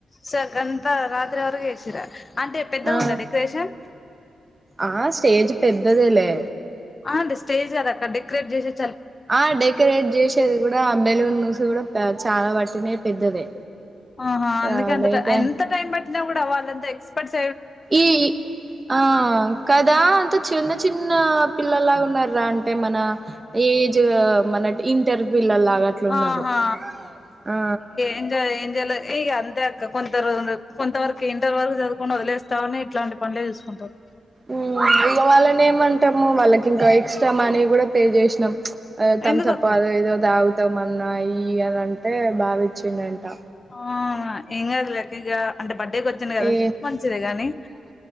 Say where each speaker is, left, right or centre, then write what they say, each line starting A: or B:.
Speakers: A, on the left; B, on the right.
A: స గంత రాత్రి వరకు చేసి ర్రా అంటే పెద్దగుందా
B: ఆ
A: డెకరేషన్
B: ఆ స్టేజ్ పెద్దదేలే
A: ఆ అంటే స్టేజ్ కాదు అక్క డెకరేట్ చేసేది
B: ఆ డెకరేట్ చేసేది కూడా బెలూన్స్ కూడా ప్యాచ్ చాలా పట్టినయి పెద్దదే
A: ఆహా అందుకేంత
B: ఆ లేదా
A: టైం అంత టైం పట్టినా కూడా వాళ్లంతే ఎస్పర్ సి <unintelligible>
B: ఈ ఆ కదా అంత చిన్న చిన్న చిన్న పిల్లలాగా ఉన్నార్ర అంటే మన ఏజ్ మన ఇంటర్ పిల్లలాగా అట్లా ఉన్నారు
A: ఆహా
B: ఆ
A: ఎంగాలే ఎంగాలే ఇక అంతే అక్క కొంత <unintelligible> కొంతవరకు ఇంటర్ వరకు చదువుకుండా వదిలేస్తావాని ఇట్లాంటి పనులే చూసుకుంటారు
B: ఉమ్ ఇక వాళ్ళనే ఏమంటాము వాళ్ళకి ఇంకా ఎక్స్ట్రా మనీ కూడా పే చేసినాం ఆ తమ్సప్
A: ఎందుకు అక్క
B: అద ఇద తాగుతామని ఉన్నాయి అనంటే భావిచ్చుండంటా
A: ఆ ఏంగాదులే ఇక అంటే బర్డేకి వచ్చాను కదా
B: ఏ
A: మంచిదిగానీ